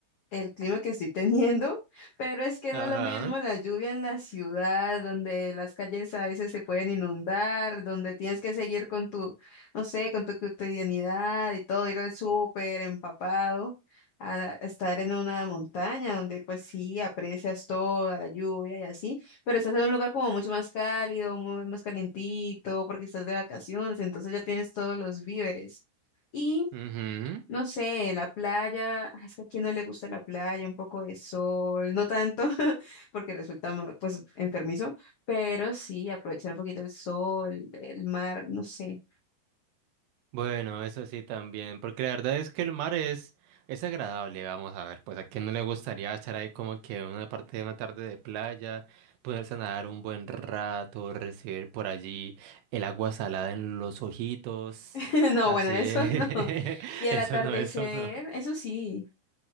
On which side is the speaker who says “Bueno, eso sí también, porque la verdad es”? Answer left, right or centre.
Right